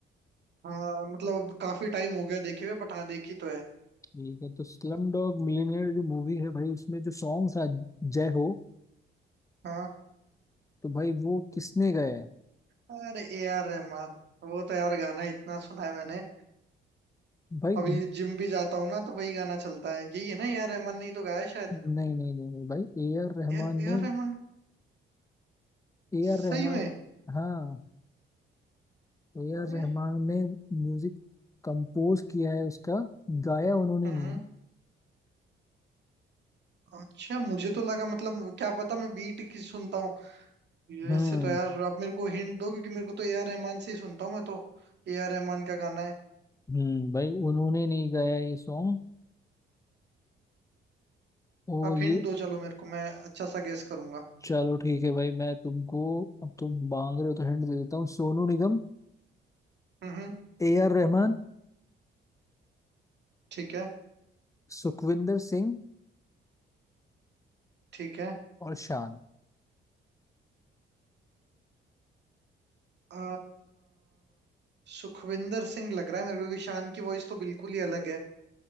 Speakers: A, on the right; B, on the left.
A: हाँ मतलब काफी टाइम हो गया देखे हुए बट हाँ देखी तो है
B: ठीक है तो स्लम डॉग मिलियनेयर जो मूवी है भाई उसमें जो सॉन्ग था जय हो
A: हाँ
B: तो भाई वो किसने गाया है
A: अरे ए आर रहमान वो तो यार गाना इतना सुना है मैंने
B: भाई
A: अभी जिम भी जाता हूँ ना तो वही गाना चलता है यही है ना ए आर रहमान ने ही तो गाया है शायद
B: नहीं नहीं नहीं नहीं भाई ए आर रहमान
A: A A
B: ने
A: R Rahman
B: ए
A: सही
B: आर रहमान
A: में
B: हाँ ए
A: अरे
B: आर रहमान ने म्यूजिक कंपोज किया है उसका गाया उन्होंने
A: हम्म
B: नहीं
A: हम्म,
B: है।
A: अच्छा मुझे तो लगा मतलब क्या पता मैं बीट की सुनता हूँ
B: हम्म
A: ऐसे तो यार आप मेरे को हिंट दो क्योंकि मेरे को तो ए आर रहमान से ही सुनता हूँ मैं तो ए आर रहमान का गाना है
B: हम्म भाई उन्होंने नहीं गाया ये सॉन्ग और
A: आप
B: ये
A: हिंट दो चलो मेरे को मैं अच्छा सा गेस करूंगा
B: चलो ठीक है भाई मैं तुमको अब तुम मांग रहे हो तो हिंट दे देता हूँ सोनू निगम
A: हम्म
B: ए आर रहमान
A: ठीक है
B: सुखविंदर सिंह
A: ठीक है
B: और शान
A: आ, सुखविंदर सिंह लग रहा है मेरे को क्योंकि शान की वॉइस तो बिल्कुल ही अलग है